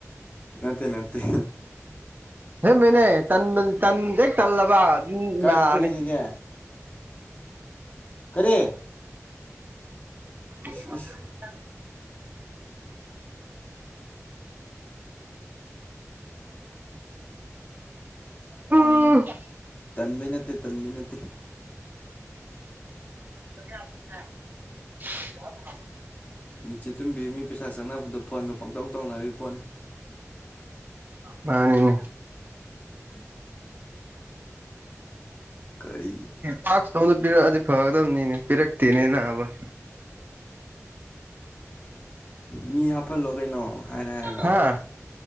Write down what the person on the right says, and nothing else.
ꯑꯁꯦꯡꯕꯩꯅꯦ ꯇꯟꯕ ꯇꯟ ꯍꯦꯛ ꯇꯜꯂꯕ ꯑꯗꯨꯝ
ꯅꯥꯔꯅꯤ
<unintelligible>
<unintelligible>
<unintelligible>
ꯃꯥꯅꯤꯅꯦ
ꯇꯥꯛꯁ ꯇꯣ ꯑꯝꯇ ꯄꯤꯔꯛꯑꯗꯤ ꯐꯒꯗꯕꯅꯤꯅꯦ ꯄꯤꯔꯛꯇꯦꯅꯦ ꯅꯥꯕ
ꯍꯥ